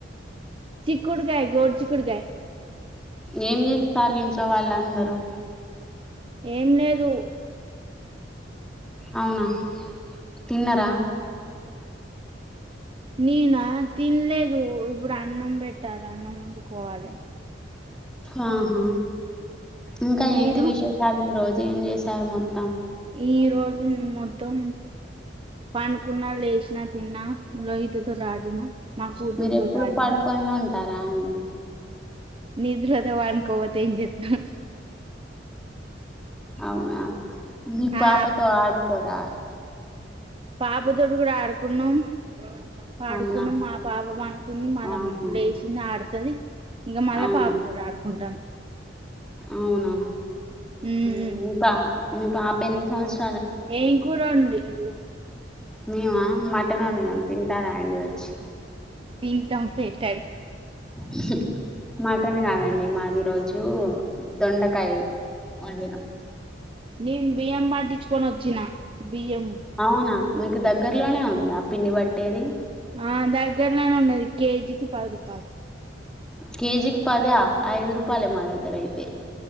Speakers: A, on the right; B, in the centre.
A: చిక్కుడుగాయ్ గోరు చిక్కుడుగాయ్
B: ఏం జేస్తాలు ఇంట్లో వాళ్ళందరూ?
A: ఏం లేదు
B: అవునా తిన్నరా?
A: నేనా తిన్లేదు ఇప్పుడు అన్నం బెట్టాలి అన్నం వండుకోవాలె
B: ఆహా ఇంకా
A: మీరు
B: ఏంటి విశేషాలు ఈ రోజు ఏం జేశారు మొత్తం?
A: ఈ రోజు మొత్తం పండుకున్నా లేస్ న తిన్నా లోహిత తోటి ఆడినా మా కూతురుతోటి
B: మీరు ఎప్పుడు
A: ఆడినా
B: పడుకొనే ఉంటారా అండి
A: నిద్రవత్తె పడుకోక పోతే ఏం జేత్తం
B: అవునా మీ
A: ఆ
B: పాపతో ఆడుకోరా?
A: పాపతోటి కూడా ఆడుకున్నం పాడుకున్నం
B: అవునా
A: మా పాప పనుకుని మళ
B: ఆహా
A: లేచంది ఆడుతది ఇంక మళ్ళా
B: అవును
A: పాపతోటి ఆడుకుంటాం.
B: అవునా
A: ఉమ్
B: మ్ మీ పా మీ పాప ఎన్ని సంవత్స
A: ఏ కూర వండిళ్ళు?
B: మేము మటన్ వండినం తింటారా అండి వచ్చి?
A: తింటాం ఫెట్
B: హ్హ్ మటన్ కాదండి మాది ఈరోజు దొండకాయ వండినాం
A: నేను బియం పండించుకొని వచ్చిన బియ్యం
B: అవునా మీకు దగ్గర్లోనే ఉందా పిండి పట్టేది?
A: ఆ దగ్గరలోనే ఉన్నది కేజీకి పది రూపాయలు
B: కేజీకి పద ఐదు రూపాయలె మా దగ్గరైతే